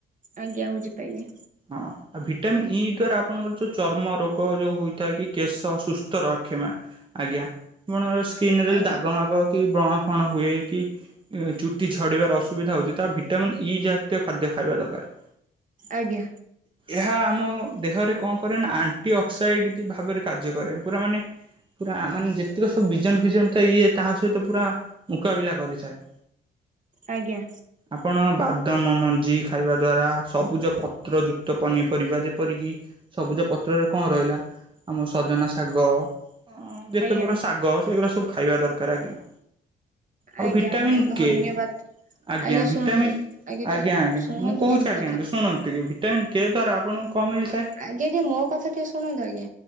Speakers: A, on the right (about 40°); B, on the right (about 25°).
A: ଆଜ୍ଞା ବୁଝିପାଇଲିି।
B: ହଁ ଆଉ ଭିଟାମିନ୍ ଇ ଦ୍ଵାରା ଆପଣଙ୍କର ଯୋଉ ଚର୍ମ ରୋଗ ଯୋଉଁ ହୋଇଥାଏ କି କେଶ ସୁସ୍ଥ ରଖିବା। ଆଜ୍ଞା ଆପଣଙ୍କ ସ୍କିନରେ ଯଦି
A: ଆଜ୍ଞା
B: ଦାଗ ମାଗ କି ବ୍ରଣ ଫଣ ହୁଏ କି ଚୁଟି ଝଡ଼ିବାର ଅସୁବିଧା ହେଉଛି ତାହା ଭିଟାମିନ୍ ଇ ଜାତୀୟ ଖାଦ୍ୟ ଖାଇବା ଦରକାର।
A: ଆଜ୍ଞା।
B: ଏହା ଆମ ଦେହରେ କଣ କରେ ନା ଆଣ୍ଟି ଅକ୍ସାଇଟ ଭାବରେ କାର୍ଯ୍ୟ କରେ ପୁରା ମାନେ ପୁରା ମାନେ ଯେତିକ ସବୁ ବିଜନ ଫିଜନ ଥାଏ ଇଏ ତାହା ସହିତ ପୁରା ମୁକାବିଲା କରିଥାଏ।
A: ଆଜ୍ଞା।
B: ଆପଣ ବାଦାମ ମଞ୍ଜି ଖାଇବା ଦ୍ୱାରା ସବୁଜ ପତ୍ର ଯୁକ୍ତ ପନିପରିବା ଯେପରିକି ସବୁଜ ପତ୍ରରେ କଣ ରହିଲା ଆମ ସଜନା ଶାଗ। ହ
A: ଆଜ୍ଞା।
B: ଯେତେ ପୁରା ଶାଗ ସେଗୁରା ସବୁ ଖାଇବା ଦରକାର ଆଜ୍ଞା। ଆଉ
A: ଆଜ୍ଞା
B: ଭିଟାମିନ୍
A: ଆଜ୍ଞା ଧନ୍ୟବାଦ।
B: କେ ଆଜ୍ଞା ଭିଟାମିନ୍
A: ଶୁଣନ୍ତୁ ଟିକେ
B: ଆଜ୍ଞା ଆଜ୍ଞା
A: ଶୁଣନ୍ତୁ
B: ମୁଁ କହୁଛି
A: ଟିକେ ମୋ
B: ଆଜ୍ଞା
A: କଥା।
B: ଶୁଣନ୍ତୁ ଟିକେ ଭିଟାମିନ କେ ଦୂରା ଆପଣଙ୍କୁ କଣ ମିଳିଥାଏ
A: ଆଜ୍ଞା ଟିକେ ମୋ କଥା ଟିକେ ଶୁଣନ୍ତୁ ଆଜ୍ଞା